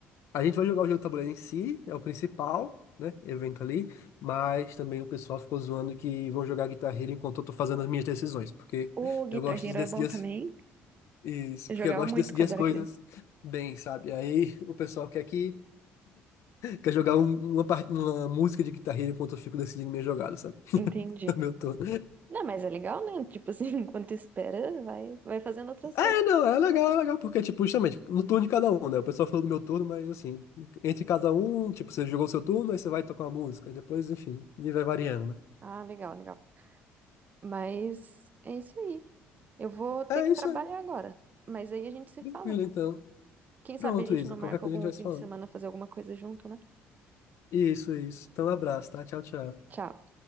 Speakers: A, on the left; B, on the right.
A: A gente vai jogar o jogo de tabuleiro em si, é o principal, né? Evento ali, mas também o pessoal ficou zoando que vão jogar guitarra Hero enquanto eu tô fazendo as minhas decisões, porque
B: O Guitar
A: eu gosto
B: Hero
A: de decidir
B: é bom também.
A: isso,
B: Eu
A: porque
B: jogava
A: eu gosto
B: muito
A: de decidir
B: quando
A: as
B: era
A: coisas
B: criança.
A: bem, sabe? Aí o pessoal quer que quer jogar um- uma, par- uma música de Guitar Hero enquanto eu fico decidindo minha jogada, sabe? <laughs>
B: Entendi.
A: Meu turno.
B: Não, mas é legal, né? Tipo assim, <laughs> enquanto espera, vai, vai fazendo outras
A: É,
B: coisas.
A: não, é legal, é legal, porque, tipo, justamente, no turno de cada um, né? O pessoal falou do meu turno, mas assim, entre cada um, tipo, você jogou o seu turno, aí você vai tocar uma música, e depois, enfim, e vai variando, né?
B: Ah, legal, legal. Mas é isso aí. Eu vou ter
A: É
B: que
A: isso
B: trabalhar
A: aí.
B: agora. Mas aí a gente se
A: Tranquilo,
B: fala.
A: então.
B: Quem sabe
A: Pronto,
B: a gente
A: Isa.
B: não marca
A: Qualquer coisa
B: algum
A: a gente vai
B: fim
A: se falando.
B: de semana fazer alguma coisa junto, né?
A: Isso, isso. Então, abraço, tá? Tchau, tchau.
B: Tchau.